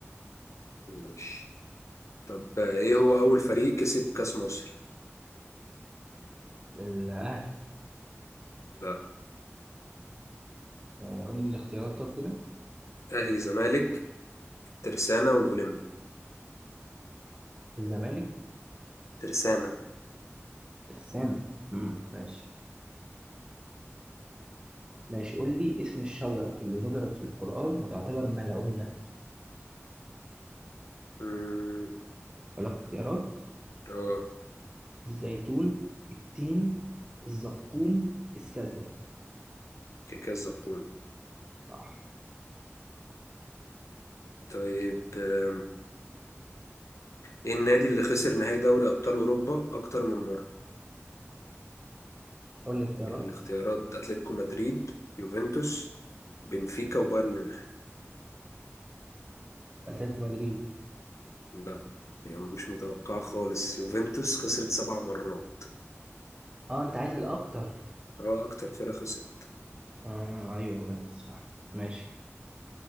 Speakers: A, on the left; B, on the right.
A: ماشي طب ايه هو اول فريق كسب كاس مصر
B: الاهلي
A: ده
B: آه، قول لي الاختيارات طب كده
A: اهلي زمالك الترسانة والاولمبي
B: الزمالك
A: ترسانة
B: ترسانة امم ماشي ماشي قول لي اسم الشجره اللي ذكرت في القران وتعتبر ملعونه
A: مم،
B: اقول لك اختيارات
A: اه
B: الزيتون التين الزقوم السدة
A: كاس زقوم
B: صح
A: طيب آم، ايه النادي اللي خسر نهائي دوري ابطال اوروبا اكتر من مرة
B: قول لي اختيارات
A: الاختيارات اتلتيكو مدريد يوفنتوس بنفيكا وبايرن ميونخ
B: اتلتيكو مدريد
A: لا يعني مش متوقعة خالص يوفنتوس خسرت سبع مرات
B: اه انت عايز الاكتر
A: اه اكتر فرقة خسرت
B: اه ايوه يوفنتوس صح ماشي